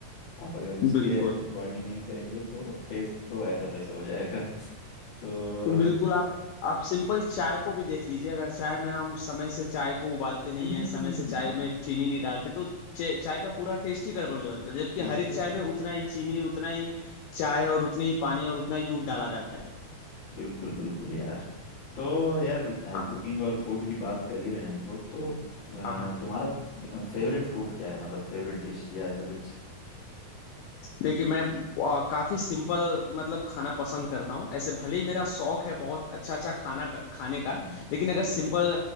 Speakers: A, on the left; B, on the left.
A: आप अगर उसके
B: बिल्कुल
A: अकॉर्डिंग नहीं करेंगे तो टेस्ट तो ऐसा तैसा हो जाएगा <laughs> तो
B: बिल्कुल आप आप सिंपल चाय को भी देख लीजिए अगर चाय में हम समय से चाय को उबालते नहीं
A: हम्म
B: है समय से चाय में चीनी नहीं डालते तो चे- चाय का पूरा टेस्ट ही गड़बड़ हो जाता है जबकि
A: बिल्कुल
B: हर एक चाय में उतना ही चीनी उतना ही चाय और उतनी ही पानी और उतना ही दूध डाला रहता है
A: बिल्कुल बिल्कुल यार तो यार
B: हाँ
A: कुकिंग और फूड की बात कर ही रहे हैं हम लोग तो अ,
B: हाँ हाँ।
A: तुम्हारा फेवरेट फूड क्या है मतलब फेवरेट डिश या ऐसा कुछ
B: देखिए मैं आ, काफी सिंपल मतलब खाना पसंद करता हूँ ऐसे भले ही मेरा शौक है बहुत अच्छा अच्छा खाना का- खाने का
A: हम्म।
B: लेकिन अगर सिंपल